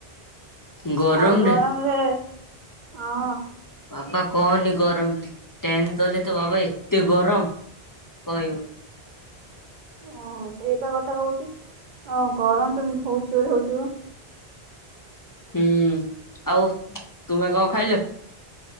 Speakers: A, on the left; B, on the right.
A: ଗରମରେ
B: ଆଉ ଗରମ୍ ରେ ହଁ।
A: ବାପା କହନି ଗରମ୍ ଟେନ୍ <unintelligible> ତ ବାବା ଏତେ ଗରମ୍ କହିବୁ
B: ଓହୋ ସେଇପା କଥା କହୁଚି ଅ ଗରମ୍ ତ ବହୁତ୍ ଜୋରେ ହଉଥିବ।
A: ହୁଁ, ଆଉ ତୁମେ କଣ ଖାଇଲ?